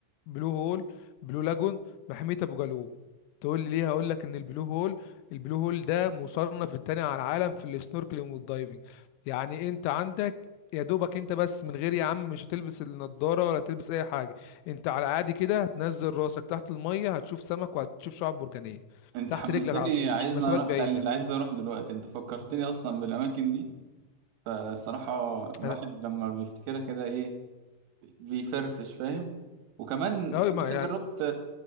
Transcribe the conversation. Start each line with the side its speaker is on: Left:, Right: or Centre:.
Left: بلو هول بلو لاجون محميه ابو جالوم تقول لي ليه هقول لك ان البلو هول البلو هول ده مصنف التاني على العالم في السنوركلينج والدايفنج يعني انت عندك يا دوبك انت بس من غير يا عم مش هتلبس النضاره ولا تلبس اي حاجه انت على عادي كده هتنزل راسك تحت الميه هتشوف سمك وهتشوف شعاب مرجانيه
Right: انت
Left: تحت
Right: حمستني
Left: رجلك على طول
Right: عايزني
Left: مش مسافات
Right: اروح
Left: بعيده
Right: خل... عايز اروح دلوقتي انت فكرتني اصلا بالاماكن دي فالصراحة الواحد
Left: انا
Right: لما بيفتكرها كده ايه بيفرفش فاهم وكمان طب
Left: اه ما
Right: انت
Left: يعني
Right: جربت